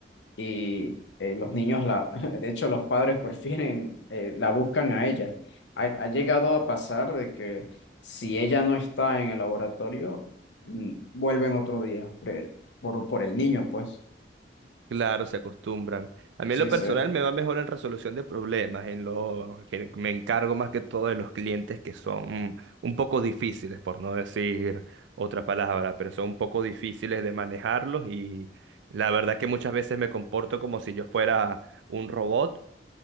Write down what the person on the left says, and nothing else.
y eh, los niños, la, <laughs> de hecho, los padres prefieren, eh, la buscan a ella. Ha, ha llegado a pasar de que si ella no está en el laboratorio, mm, vuelven otro día, pre- por, por el niño, pues.
Sí,
sí.